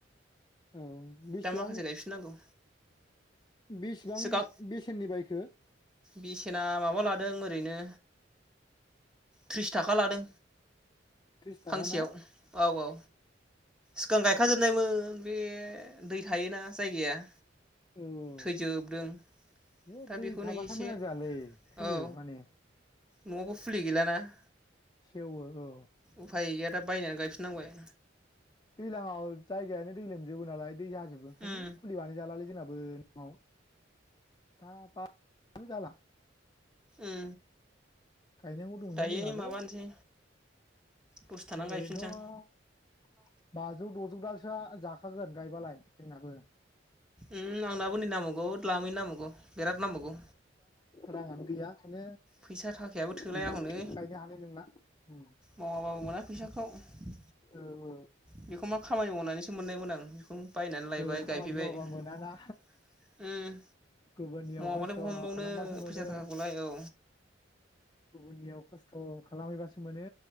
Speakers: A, on the left; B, in the centre.
A: औ औ बेसेबां?
B: दा माखासे गायफिननांगौ
A: बिसेबां
B: सिगां
A: बेसेननि बायख खो
B: बेसेना माबा लादों ओरैनो थ्रिस थाखा लादों।
A: थ्रिस थाखा
B: फांसेयाव
A: ना
B: औ औ सिगां गायखाजोबनायमोन बे दै थायोना जायगाया
A: औ औ
B: थैजोबदों
A: बे
B: दा
A: दै
B: बेखौनो
A: थाबाथाय
B: एसे
A: मोजां जायालै थैयो
B: औ
A: माने।
B: न'आवबो फुलि गैलाना। <inaudible>
A: सेवो औ।
B: उफाय गैया दा बायनानै गायफिननांबाय।
A: लाङाव जायगायानो दै लोमजोबो नालाय। दै जाजोबो ओंखायनो
B: उम
A: फुलि बानाय जालालै जोंनाब बो न'आव दा बा नो जाला।
B: उम
A: गायनांगौ दंमोन
B: दायो
A: जोंनाबो।
B: माबानोसै दसे थानानै
A: ओरैनोथ
B: गायफिनसां
A: बाजौ दजौ दालसोआ जाखागोन गायबालाय जोंनाबो।
B: उम आंनाबो नै नांबागौ ल्दामै नो नांबावगौ बिराद नांबावगौ।
A: रांङानो गैया। ओंखायनो
B: फैसा थाखायाबो थोलाया
A: गैला
B: हनै
A: गायनो हानाय नंला उम
B: मावाबाबो मोना फैसाख औ
A: औ औ।
B: बेखौमबा खामानि मावनानैसो मोननायमोन आं बेखौ बायनानै लायबाय
A: औ खामानि
B: गायफैबाय
A: मावबा
B: उम
A: मोनाना गुबुननियाव
B: मावाबालाय
A: खस्थ'
B: बहा मोनबावनो
A: खालामबासो मोनो
B: फैसा-थाखाखौलाय औ
A: गुबुननियाव खस्थ' खालामहैबासो मोनो